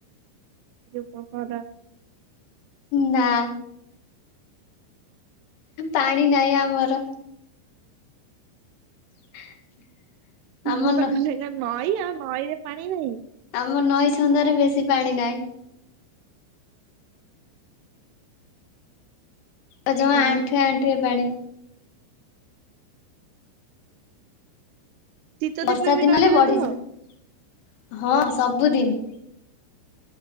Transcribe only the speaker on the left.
ନା ପାଣି ନାହିଁ ଆମର। <inaudible> ଆମ
ନ
ଆମ ନଈ ଛନ୍ଦରେ ବେଶୀ ପାଣି ନାହିଁ। ଆଉ ଜମା
ଆଣ୍ଠୁଏ ଆଣ୍ଠୁଏ ପାଣି।
ବର୍ଷା
ଦିନ
ହେଲେ
ବଢିଯାଏ। ହଁ ସବୁଦିନ